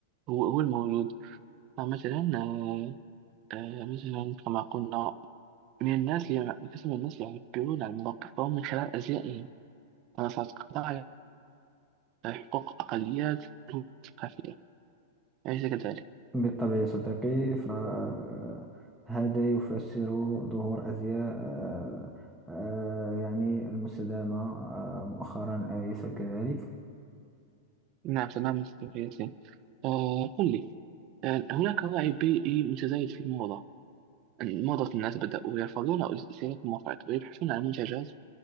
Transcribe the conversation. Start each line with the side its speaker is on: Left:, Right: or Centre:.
Right: هو هو الموجود فمثلا آه، آه، مثلا كما قلنا من الناس لي... قسم من الناس اللي يعبرون عن مواقفهم من خلال أزيائهم منصات قضايا حقوق الأقليات الثقافية أليس كذلك؟
Centre: بالطبع يا صديقي فهذا يفسر ظهور أزياء آه، آه، يعني المستدامة آه، مؤخرا أليس كذلك
Right: نعم تماما صديقي ياسين آه قل لي آه هناك وعي بيئي متزايد في الموضة موضة الناس بدأوا يرفضون أو استهلاك المفرط ويبحثون عن منتجات